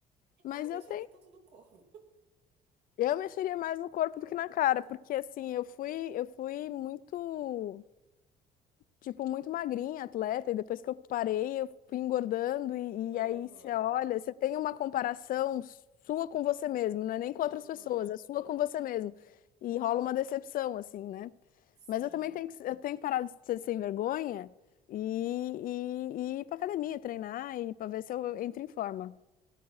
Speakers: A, on the right; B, on the left.
A: Eu
B: Mas
A: não mexeria
B: eu tenho.
A: tanto no corpo. <laughs>
B: Eu mexeria mais no corpo do que na cara, porque assim, eu fui, eu fui muito. tipo, muito magrinha, atleta, e depois que eu parei, eu fui engordando, e,
A: Aham.
B: e aí você olha, você tem uma comparação sua com você mesmo, não é nem com
A: Aham.
B: outras pessoas, é sua com você mesmo. E rola uma decepção, assim, né?
A: Sim.
B: Mas eu também tenho que, eu tenho que parar de ser sem vergonha e, e, e ir pra academia, treinar e para ver se eu entro em forma.